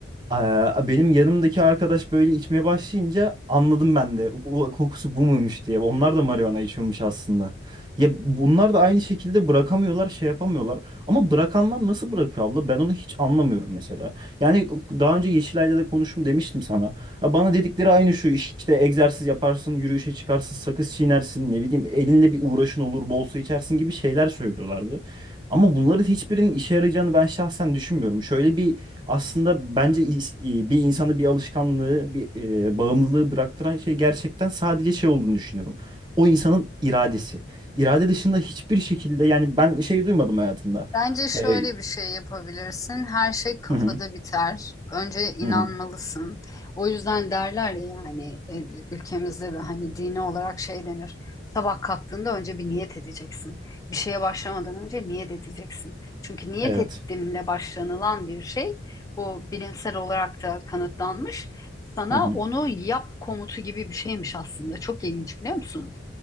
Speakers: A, on the right; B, on the left.
A: Aa, Benim yanımdaki arkadaş böyle içmeye başlayınca anladım ben de. O kokusu bu muymuş diye. Onlar
B: Hmm.
A: da marijuana içiyormuş aslında. Ya bunlar da aynı şekilde bırakamıyorlar, şey yapamıyorlar. Ama bırakanlar nasıl bırakıyor abla? Ben onu hiç anlamıyorum mesela. Yani daha önce Yeşilay'la da konuştum demiştim sana. Ya Bana dedikleri aynı şu işte egzersiz yaparsın, yürüyüşe çıkarsın, sakız çiğnersin, ne bileyim elinde bir uğraşın olur, bol su içersin gibi şeyler söylüyorlardı. Ama bunların hiçbirinin işe yarayacağını ben şahsen düşünmüyorum. Şöyle bir aslında bence is- i- bir insanı bir alışkanlığı, bir e, bağımlılığı bıraktıran şey gerçekten sadece şey olduğunu düşünüyorum. O insanın iradesi. İrade dışında hiçbir şekilde yani ben şey duymadım hayatımda.
B: Bence şöyle
A: E,
B: bir şey yapabilirsin. Her şey kafada
A: hı hı,
B: biter. Önce inanmalısın.
A: hı hı,
B: O yüzden derler ya yani e, ülkemizde de hani dini olarak şey denir. Sabah kalktığında önce bir niyet edeceksin. Bir şeye başlamadan önce niyet edeceksin. Çünkü niyet
A: evet.
B: ettiğinle başlanılan bir şey bu bilimsel olarak da kanıtlanmış. Sana
A: Hı hı,
B: onu yap komutu gibi bir şeymiş aslında. Çok ilginç biliyor musun?